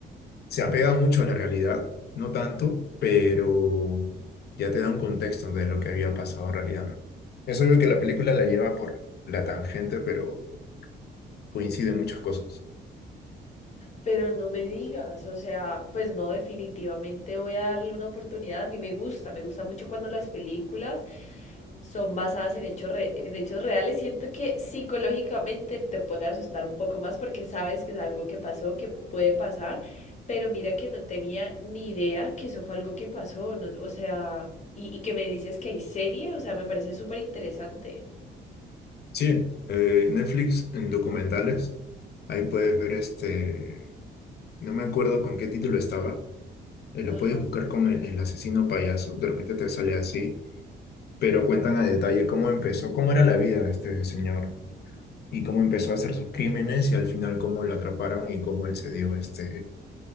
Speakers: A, on the left; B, on the left.
A: se apega mucho a la realidad, no tanto, pero ya te da un contexto de lo que había pasado en realidad, ¿no? Es obvio que la película la lleva por la tangente, pero coinciden muchas cosas.
B: pero no me digas, o sea, pues no, definitivamente voy a darle una oportunidad. A mí me gusta, me gusta mucho cuando las películas son basadas en hechos re- en hechos reales. Siento que psicológicamente te puede asustar un poco más porque sabes que es algo que pasó, que puede pasar, pero mira que no tenía ni idea que eso fue algo que pasó, no- o sea, y, y que me dices que hay serie, o sea, me parece súper interesante.
A: Sí, eh, Netflix en documentales, ahí puedes ver este, no me acuerdo con qué título estaba, eh, lo
B: Ajá.
A: puedes buscar con el, el asesino payaso, de repente te sale así pero cuentan a detalle cómo empezó, cómo era la vida de este señor y cómo empezó a hacer sus crímenes y al final cómo lo atraparon y cómo él se dio este,